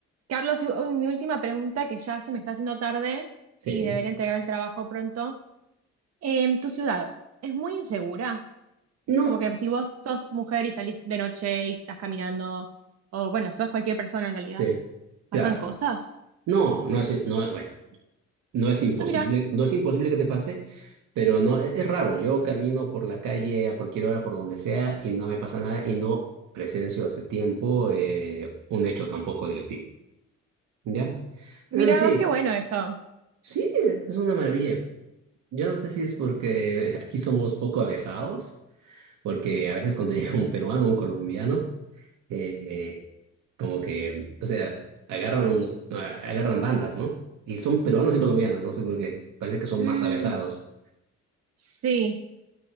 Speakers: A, on the right; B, on the right.
A: Carlos, y un- mi última pregunta que ya se me está haciendo tarde
B: sí.
A: y debería entregar el trabajo pronto. Em, ¿tu ciudad es muy insegura?
B: No,
A: Como que si vos sos mujer y salís de noche y estás caminando, o bueno, sos cualquier persona en realidad,
B: sí,
A: ¿pasan
B: claro.
A: cosas?
B: No, no, así, no, bueno. No es imposible,
A: Ah, mira,
B: no es imposible que te pase, pero no e-, es raro. Yo camino por la calle a cualquier hora, por donde sea, y no me pasa nada y no presencio hace tiempo eh, un hecho tampoco delictivo. ¿Ya?
A: mira,
B: Entonces sí,
A: vos qué bueno eso.
B: sí, es una maravilla. Yo no sé si es porque aquí somos poco avesados, porque a veces cuando <laughs> llega un peruano, un colombiano, eh, como que, o sea, agarran unos, agarran bandas, ¿no? Y son peruanos y colombianos, no sé por qué. Parece que son
A: Mm,
B: más avesados.
A: sí.